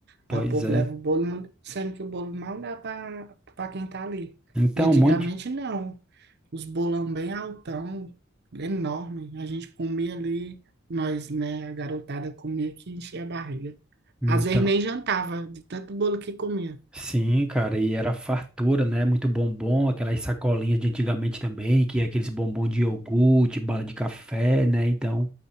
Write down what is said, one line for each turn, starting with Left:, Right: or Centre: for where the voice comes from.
Centre: Pois
Right: Aí o povo
Centre: é.
Right: leva o bolo, sendo que o bolo mal dá para quem tá ali.
Centre: Então,
Right: E antigamente
Centre: um monte de...
Right: não. Os bolão bem altão, enorme. A gente comia ali, nós, né, a garotada comia que enchia a barriga.
Centre: Então,
Right: Às vezes nem jantava, de tanto bolo que comia.
Centre: Sim, cara, e era fartura, né? Muito bombom, aquelas sacolinhas de antigamente também, que é aqueles bombom de iogurte, bala de café, né? Então,